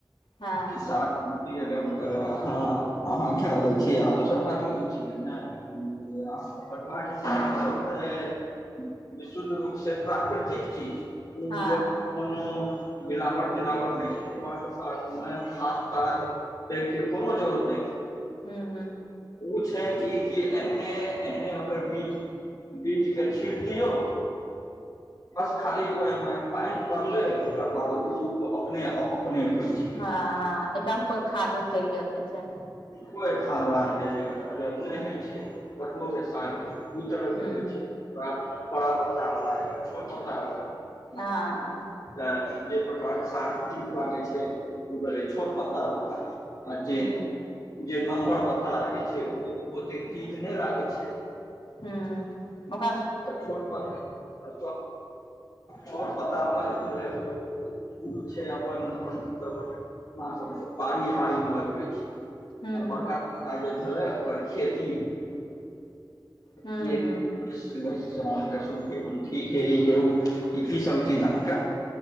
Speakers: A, on the left; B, on the left.
A: हँ
B: किसान अहाँ खा रहल छै आ दोसर बात ई छै, ने अहाँ पटुआके साग विशुद्ध रूप से प्राकृतिक चीज ओ
A: हँ
B: कोनो। मिलावट तिला नहि छै वट नहि छै ख पै कोनो जरुत नै
A: हू, हू।
B: ओ छै, कि एहने एहने ओकर बीच बीज के छीट दियौ। बस खाली ओहिमे पानि पड़ले एकरा बाद आ अपने अपने होइ छै।
A: ह, ह एक आम कोइ खाद दै जरूरत नहि छै।
B: कोइ खान आरके जे नहि होइ छै कनो सादू तरह
A: हूँ
B: के होइ छै एकटा बड़ा पत्ता वाला एकटा छोट पत्ता वाला
A: हँ।
B: तऽ जे पटव सा लै छै ओ भेलै छोट पत्ता वाला आजे
A: हूँ
B: ओ जे नम्बर पता रहै छै ओ ओते चीक नहि लागै छै।
A: हूँ ओक
B: छोट अथि छोट पता होला जे ओ छै, अपन अपन मतलब पड़ी झड़ीमे लगबे छी
A: हूँ
B: बड़का बड़का जे भेलै ओकर खेती
A: हू,
B: कि
A: हू।
B: उठी हे हे ओ <unintelligible> ईसभ चीज अहाँकेँ